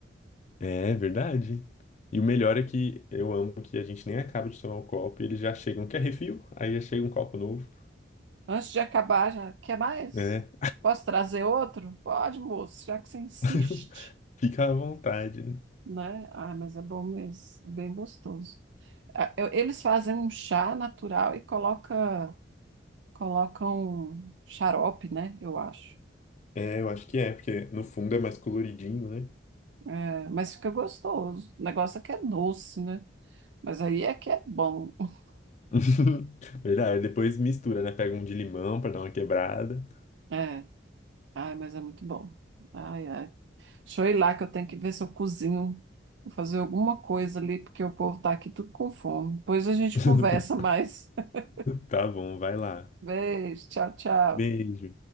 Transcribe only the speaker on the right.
Antes de acabar, já quer mais?
Posso trazer outro? Pode, moço, já que você insiste,
né? Ah, mas é bom mesmo, é bem gostoso. Ah, eu- Eles fazem um chá natural e coloca, colocam xarope, né? Eu acho.
É, mas fica gostoso. O negócio é que é doce, né? Mas aí é que é bom. <laughs>
É, ai, mas é muito bom. Ai, ai. Deixa eu ir lá que eu tenho que ver se eu cozinho. Vou fazer alguma coisa ali, porque o povo tá aqui tudo com fome. Depois a gente
conversa mais. <laughs>
Beijo, tchau, tchau.